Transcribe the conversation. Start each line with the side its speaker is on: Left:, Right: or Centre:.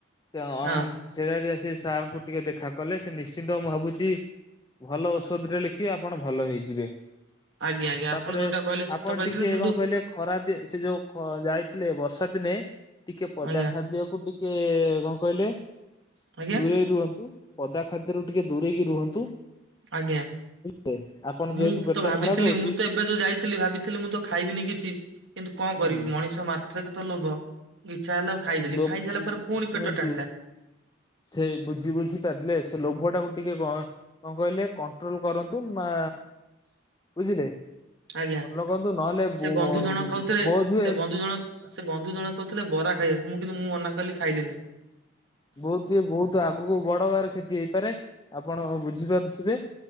Left: ଅନ
Right: ହଁ
Left: ସେଇଟା ଟିକେ ସେ ସାର୍ ଙ୍କୁ ଟିକେ ଦେଖା କଲେ ସେ ନିଶ୍ଚିନ୍ତ ମୁଁ ଭାବୁଛି ଭଲ ଔଷଧରେ କି ଆପଣ ଭଲ ହେଇଯିବେ
Right: ଆଜ୍ଞା ଆଜ୍ଞା
Left: ତାପରେ
Right: ଆପଣ ଯୋଉଟା କହିଲେ ସତ
Left: ଆପଣ
Right: କହିଥିଲେ
Left: ଟିକେ
Right: କିନ୍ତୁ
Left: କଣ କହିଲେ ଖରା ଦିନ ସେ ଯୋଉ ଯାଇଥିଲେ ବର୍ଷା ଦିନେ ଟିକେ ପଦା
Right: ଆଜ୍ଞା
Left: ଖାଦ୍ୟକୁ ଟିକେ ଟିକେ କଣ କହିଲେ
Right: ଆଜ୍ଞା
Left: ଦୂରେଇ ରୁହନ୍ତୁ। ପଦା ଖାଦ୍ୟରୁ ଟିକେ ଦୂରେଇକି ରୁହନ୍ତୁ।
Right: ଆଜ୍ଞା।
Left: ବ ଆପଣ <inaudible>
Right: ମୁଁ ତ ଭାବିଥିଲି
Left: ଟା ଖରାପ ରହୁଛି
Right: ମୁଁ ତ ଏବେ ଯୋଉ ଯାଇଥିଲି ଭାବିଥିଲି ମୁଁ ତ ଖାଇବିନି କିଛି। କିନ୍ତୁ କଣ
Left: ହୁଁ
Right: କରିବି ମଣିଷ ମାତ୍ର କେତ ଲୋଭ ଇଚ୍ଛା ହେଲା ଖାଇଦେଲି
Left: ଲୋ
Right: ଖାଇ ସାରିଲା ପରେ ପୁଣି
Left: ଶୁଣନ୍ତୁ
Right: ପେଟ ଟାଣିଲା।
Left: ସେ ବୁଝି ବୁଝି ପାରିଲେ ସେ ଲୋଭ ଟାକୁ ଟିକେ କଣ କଣ କହିଲେ କଣ୍ଟ୍ରୋଲ କରନ୍ତୁ ଵା ବୁଝିଲେ କଣ
Right: ଆଜ୍ଞା
Left: ଲଗନ୍ତୁ ନହେଲେ
Right: ସେ
Left: ବୋଧ
Right: ବନ୍ଧୁ ଜଣ ଖାଉଥିଲେ।
Left: ହୁଏ
Right: ସେ ବନ୍ଧୁ ଜଣ ସେ ବନ୍ଧୁ ଜଣକ କହୁଥିଲେ ବରା ଖାଇବାକୁ ମୁଁ କିନ୍ତୁ ମୁଁ ମନା କଲି ଖାଇଲିନି।
Left: ବହୁତ ଇଏ ବହୁତ ଆଗକୁ ବଡ ବାର କ୍ଷତି ହେଇପାରେ ଆପଣ ବୁଝିପାରୁଥିବେ।